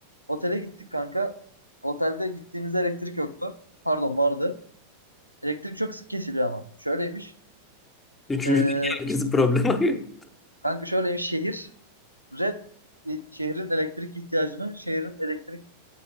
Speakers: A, on the right; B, on the left.
A: Otele gittik kanka. Otelde gittiğimizde elektrik yoktu. Pardon vardı. Elektrik çok sık kesiliyor ama. Şöyleymiş.
B: Üçüncü
A: Ee,
B: herkesi problemi.
A: kanka şöyleymiş. Şehir red şehrin elektrik ihtiyacını şehrin elektrik